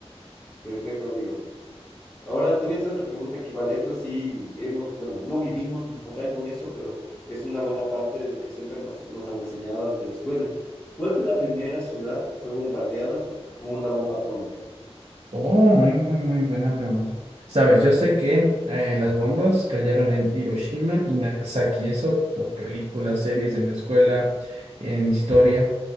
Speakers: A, on the left; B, on the right.
A: Perfecto, amigo. Ahora te voy a hacer otra pregunta que igual, esto sí hemos, bueno, no vivimos como tal con eso, pero es una buena parte de lo que siempre nos, nos han enseñado desde la escuela. ¿Cuál fue la primera ciudad que fue bombardeada con una bomba atómica?
B: Oh, muy, muy, muy buena pregunta. Sabes, yo sé que eh, las bombas cayeron en Hiroshima y Nagasaki, eso por películas, series en la escuela, en historia,